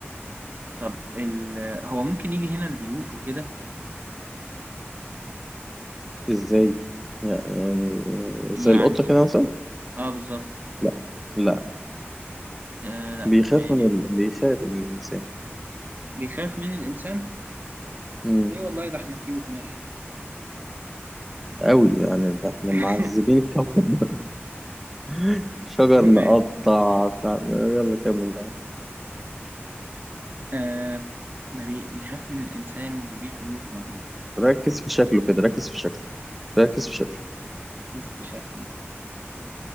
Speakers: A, on the right; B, in the centre.
A: طب ال... هو ممكن يجي هنا البيوت وكده
B: ازاي يعني يعني زي
A: يعني
B: القطة كده مثلا
A: اه بالظبط
B: لا لا
A: آه لا
B: بيخاف
A: ماشي
B: من ال... بيخاف من الإنسان
A: بيخاف من الإنسان
B: امم
A: ليه والله ده احنا كيوت ماشي
B: قوي يعني ده احنا
A: <laughs>
B: معذبين الكوكب <laughs> شجر
A: ماشي.
B: نقطع بتاع- يلا كمل
A: آه ما بي... بيخاف من الإنسان وما بيجيش بيوت وما
B: ركز في شكله كده ركز في شكله ركز في شكله
A: بيركز في شكله